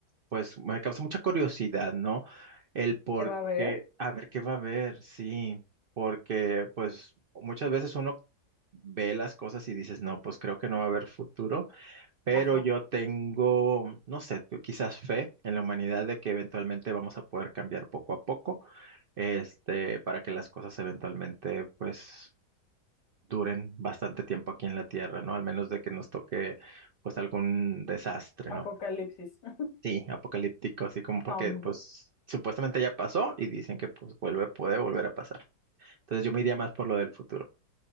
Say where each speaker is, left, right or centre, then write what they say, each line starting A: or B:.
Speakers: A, on the right; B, on the left.
A: pues me causa mucha curiosidad, ¿no? El por
B: ¿Qué va a haber?
A: qué, a ver qué va a haber, sí, porque pues muchas veces uno ve las cosas y dices, no, pues creo que no va a haber futuro, pero
B: Ajá.
A: yo tengo, no sé, quizás fe en la humanidad de que eventualmente vamos a poder cambiar poco a poco, este, para que las cosas eventualmente, pues, duren bastante tiempo aquí en la Tierra, ¿no? Al menos de que nos toque, pues, algún desastre,
B: Apocalipsis.
A: ¿no?
B: <laughs>
A: Sí, apocalíptico, así como porque,
B: Zombie.
A: pues, supuestamente ya pasó y dicen que, pues, vuelve, puede volver a pasar. Entonces yo me iría más por lo del futuro.